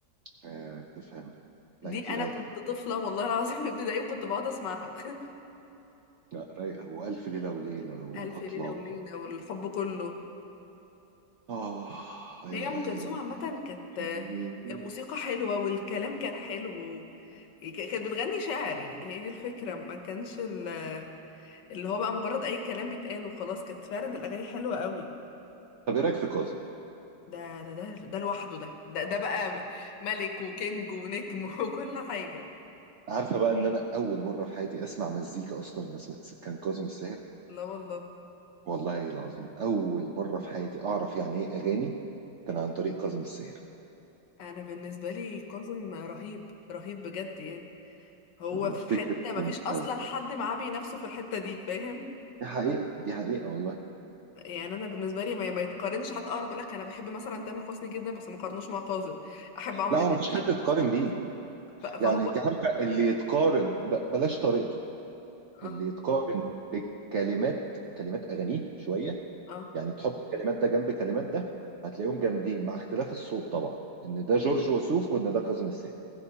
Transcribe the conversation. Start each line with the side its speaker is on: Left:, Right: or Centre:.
Right: آه بتفهم لا
Left: دي
Right: انتي
Left: انا
Right: رايقة
Left: كنت طفله والله العظيم في ابتدائي وكنت بقعد اسمعها <laughs>
Right: لا رايقة وألف ليلة وليلة والأطلال
Left: الف ليله وليله والحب كله
Right: آه أي
Left: هي
Right: والله
Left: ام كلثوم
Right: لا
Left: عامه كانت
Right: في-
Left: الموسيقى حلوه والكلام كان حلو ك- كانت بتغني شعر يعني هي دي الفكره ما كانش ال- اللي هو بقى مجرد اي كلام بيتقال وخلاص كانت فعلا الاغاني حلوه قوي
Right: طب إيه رأيك في كاظم؟
Left: ده ده ده ده لوحده ده ده ده بقى ملك وكينج ونجم <laughs> وكل حاجه
Right: عارفة بقى إن أنا أول مرة في حياتي أسمع مزيكا أصلا بس كان كاظم الساهر
Left: لا والله
Right: والله العظيم أول مرة في حياتي أعرف يعني إيه أغاني كان عن طريق كاظم الساهر
Left: انا بالنسبه لي كاظم رهيب رهيب بجد يعني هو
Right: أنا
Left: في
Right: أفتكر
Left: حته ما
Right: كنت
Left: فيش اصلا حد معاه بينافسه في الحته دي فاهم
Right: دي حقيقة دي حقيقة والله
Left: يعني انا بالنسبه لي ما, ما يتقارنش حتى اه انا بقول لك انا بحب مثلا تامر حسني جدا بس ما قارنوش مع كاظم احب عمرو
Right: لا هو
Left: دياب
Right: مفيش
Left: بس
Right: حد
Left: ما قارنوش
Right: يتقارن
Left: مع
Right: بيه
Left: كاظم ف-
Right: يعني
Left: فهو
Right: أنت عارفة اللي يتقارن ب- بلاش طريقته اللي
Left: اه
Right: يتقارن بكلمات كلمات أغانيه شوية
Left: اه
Right: يعني تحط كلمات ده جنب كلمات ده هتلاقيهم جامدين مع اختلاف الصوت طبعا إن ده جورج وسوف وإن ده كاظم الساهر